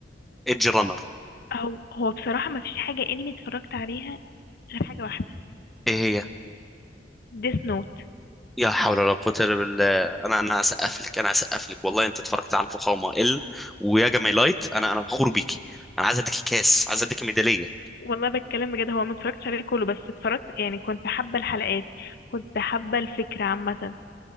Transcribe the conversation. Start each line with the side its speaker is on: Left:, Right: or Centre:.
Centre: ايدج رانر
Left: هو هو بصراحة ما فيش حاجة انمي اتفرجت عليها غير حاجة واحدة
Centre: ايه هي
Left: ديس نوت
Centre: يا حول ولا قوه الا بالله انا انا هسقف لك انا هسقف لك والله انت اتفرجت على الفخامه ال ويا جميلايت انا انا فخور بيكي انا عايز اديكي كاس عايز اديكي ميداليه
Left: والله بتكلم بجد هو ما اتفرجتش عليه كله بس اتفرجت يعني كنت حابة الحلقات كنت حابة الفكرة عامة